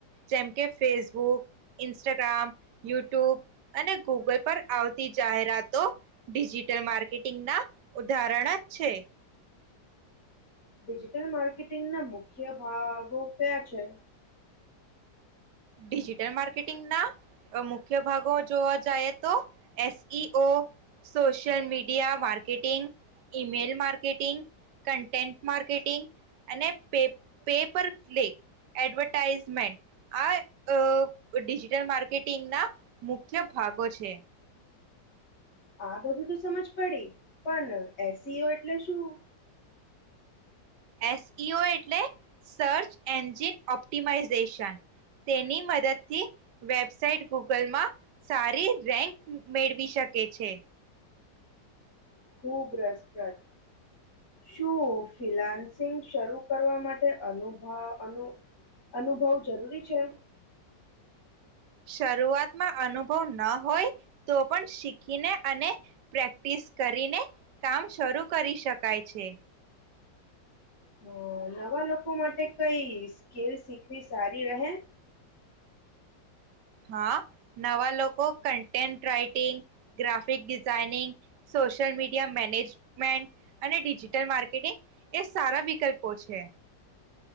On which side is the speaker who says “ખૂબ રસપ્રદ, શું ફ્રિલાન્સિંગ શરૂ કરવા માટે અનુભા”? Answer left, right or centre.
Left